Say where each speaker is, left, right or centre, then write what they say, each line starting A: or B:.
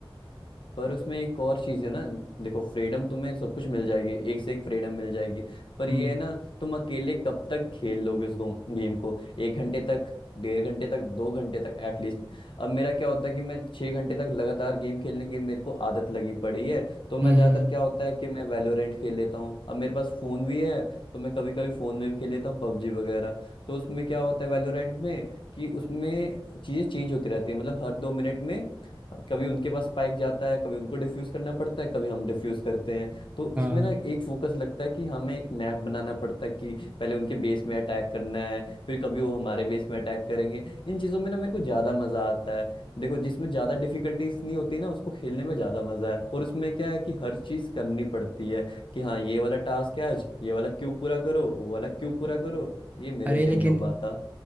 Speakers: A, on the left (about 65°); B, on the right (about 20°).
A: पर उसमें एक और चीज है ना देखो फ्रीडम तुम्हें सब कुछ मिल जाएगी एक से एक फ्रीडम मिल जाएगी पर
B: हम्म
A: ये है ना तुम अकेले कब तक खेल लोगे उस गेम को एक घंटे तक डेढ़ घंटे तक दो घंटे तक एटलीस्ट अब मेरा क्या होता है कि मैं छह घंटे तक लगातार गेम खेलने की मेरे को आदत लगी पड़ी है तो मैं
B: हम्म
A: ज्यादातर
B: हम्म,
A: क्या होता है कि मैं वैलोरेंट खेल लेता हूँ अब मेरे पास फोन भी है तो मैं कभी कभी फोन में भी खेल लेता हूँ पबजी वगैरह तो उसमें क्या होता है वैलोरेंट में कि उसमें चीजें चेंज होती रहती है मतलब हर दो मिनट में कभी उनके पास स्पाइक जाता है कभी उनको डिफ्यूज करना पड़ता है कभी हम डिफ्यूज करते हैं तो
B: हाँ
A: इसमें ना एक फोकस लगता है कि हमें एक मैप बनाना पड़ता है कि पहले उनके बेस में अटैक करना है फिर कभी वो हमारे बेस में अटैक करेंगे इन चीज़ों में ना मेरे को ज़्यादा मज़ा आता है देखो जिसमें ज़्यादा डिफिकल्टीज नहीं होती ना उसको खेलने में ज़्यादा मज़ा है और उसमें क्या है कि हर चीज़ करनी पड़ती है कि हाँ ये वाला टास्क है आज ये वाला क्यों पूरा करो वो वाला क्यों पूरा करो ये मेरे
B: अरे
A: से
B: लेकिन
A: नहीं हो पाता